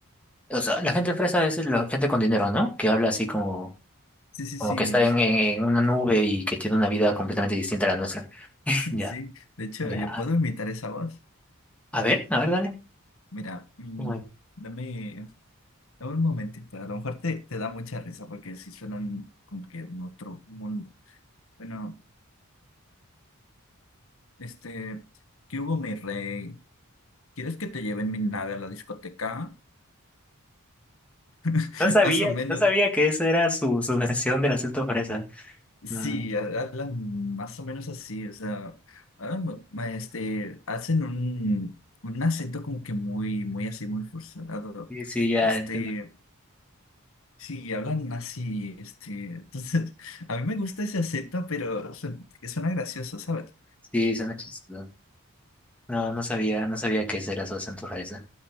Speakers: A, in the centre; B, on the left (about 65°).
A: o sea, la gente fresa es la gente con dinero, ¿no? Que habla así como,
B: Sí, sí,
A: como
B: sí,
A: que está
B: es-
A: en, en, en una nube y que tiene una vida completamente distinta a la nuestra. <laughs>
B: <laughs>
A: Ya,
B: sí. De hecho,
A: ya.
B: yo puedo imitar esa voz.
A: A ver, a ver, dale.
B: Mira, mm,
A: Bueno,
B: dame, dame un momentito. A lo mejor te, te da mucha risa porque sí suenan como que en otro mundo. Bueno, este, ¿qué hubo, mi rey? ¿Quieres que te lleven mi nave a la discoteca? <laughs>
A: no sabía,
B: Más o menos.
A: no sabía que esa era su, su versión del acento fresa.
B: Sí,
A: Ah,
B: ha- hablan más o menos así, o sea, hablan mu- ma- este, hacen un, un acento como que muy, muy así, muy forzado.
A: sí, sí, ya
B: Este,
A: entiendo.
B: sí, hablan así, este, entonces, <laughs> a mí me gusta ese acento, pero su- que suena gracioso, ¿sabes?
A: Sí, suena chistoso. No, no sabía, no sabía qué era su acento fresa.